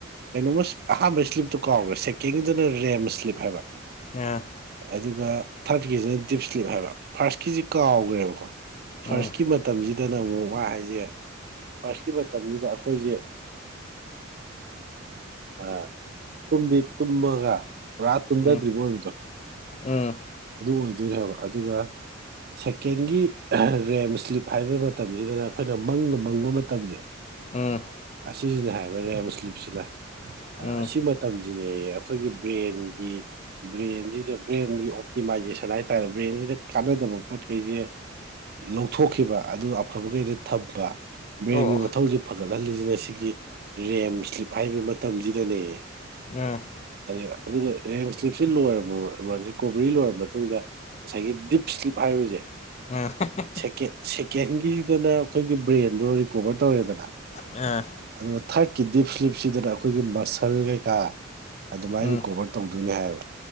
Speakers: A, on the right; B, on the left.
A: ꯀꯩꯅꯣꯝꯃꯥꯁ ꯑꯍꯥꯟꯕ ꯏꯁꯂꯤꯞꯇꯣ ꯀꯥꯎꯒ꯭ꯔꯦ ꯁꯦꯀꯦꯟꯒꯤꯗꯨꯅ ꯔꯦꯝ ꯏꯁꯂꯤꯞ ꯍꯥꯏꯕ꯫
B: ꯑꯥ
A: ꯑꯗꯨꯒ ꯊꯥꯔꯠꯀꯤꯖꯤꯅ ꯗꯤꯞꯏꯁꯂꯤꯞ ꯍꯥꯏꯕ ꯐꯥꯔꯁꯀꯤꯖꯤ ꯀꯥꯎꯒ꯭ꯔꯦꯕꯀꯣ
B: ꯎꯝ
A: ꯐꯥꯔꯁꯀꯤ ꯃꯠ ꯇꯝꯖꯤꯗꯅ ꯑꯃꯨꯛ ꯃ ꯍꯥꯏꯖꯦ ꯐꯥꯔꯁꯀꯤ ꯃꯇꯝꯖꯤꯗ ꯑꯩꯈꯣꯏꯖꯦ ꯑꯥ ꯇꯨꯝꯗꯤ ꯇꯨꯝꯃꯒ ꯄꯨꯔꯥ ꯇꯨꯝꯗꯗ꯭ꯔꯤꯕ
B: ꯎꯝ
A: ꯑꯣꯏꯕꯗꯣ꯫
B: ꯎꯝ
A: ꯑꯗꯨ ꯑꯣꯏꯗꯣꯏꯅꯦꯕ ꯍꯥꯏꯕ ꯑꯗꯨꯒ ꯁꯦꯀꯦꯟꯒꯤ ꯔꯦꯝ ꯁ꯭ꯂꯤꯞ ꯍꯥꯏꯕ ꯃꯇꯝꯁꯤꯗꯅ ꯑꯈꯣꯏꯅ ꯃꯪꯒ ꯃꯪꯕ ꯃꯇꯝꯖꯦ
B: ꯎꯝ
A: ꯑꯁꯤꯖꯤꯅ ꯍꯥꯏꯌꯦꯕ ꯔꯦꯝ ꯁꯂꯤꯞꯁꯤꯅ ꯁꯤꯅꯥ
B: ꯎꯝ
A: ꯑꯥ ꯑꯁꯤ ꯃ ꯇꯝꯖꯤꯌꯦꯌꯦ ꯑꯈꯣꯏꯒꯤ ꯕ꯭ꯔꯦꯟꯒꯤ ꯕ꯭ꯔꯦꯟꯁꯤꯗ ꯕ꯭ꯔꯦꯟꯒꯤ ꯑꯣꯞ ꯗꯤꯃꯥꯏꯖꯦꯁꯟ ꯍꯥꯏꯇꯥꯔꯦ ꯕ꯭ꯔꯦꯟꯖꯤꯗ ꯀꯥꯟꯅꯗꯕ ꯄꯣꯠꯈꯩꯁꯦ ꯂꯧꯊꯣꯛꯈꯤꯕ ꯑꯗꯨ ꯑꯐꯕꯒꯩꯗ ꯊꯝꯕ ꯕ꯭ꯔꯦꯟꯒꯤ
B: ꯑꯣ
A: ꯃꯊꯧꯁꯦ ꯐꯒꯠꯍꯜꯂꯤꯁꯤꯅ ꯁꯤꯒꯤ ꯔꯦꯝ ꯁ꯭ꯂꯤꯞ ꯍꯥꯏꯔꯤꯕ ꯃꯇꯝꯁꯤꯗꯅꯦ
B: ꯑ
A: ꯑꯗꯨꯒ ꯑꯗꯨꯅ ꯔꯦꯝ ꯁ꯭ꯂꯤꯞꯁꯤ ꯂꯣꯏꯔꯕꯣꯕ <unintelligible> ꯃꯔꯤ ꯂꯣꯏꯔꯕ ꯃꯇꯨꯡꯗ ꯉꯁꯥꯏꯒꯤ ꯗꯤꯞ ꯏꯁ꯭ꯂꯤꯞ ꯍꯥꯏꯔꯁꯦ
B: <unintelligible>
A: ꯁꯦꯀꯦꯟ ꯁꯦꯀꯦꯟꯒꯤꯗꯅ ꯑꯈꯣꯏꯒꯤ ꯕ꯭ꯔꯦꯟꯗꯣ ꯔꯤꯀꯣꯕꯔ ꯇꯧꯔꯦꯗꯅ
B: ꯑ
A: ꯑꯗꯨꯒ ꯊꯥꯔꯠꯀꯤ ꯗꯤꯞ ꯁ꯭ꯂꯤꯞꯁꯤꯗꯅ ꯑꯈꯣꯏꯒꯤ ꯃꯁꯜ ꯀꯩꯀꯥ ꯑꯗꯨꯃꯥꯏꯅ
B: ꯎꯝ
A: ꯔꯤꯀꯣꯕ꯭ꯔ ꯇꯧꯗꯣꯏꯅꯤ ꯍꯥꯏꯕ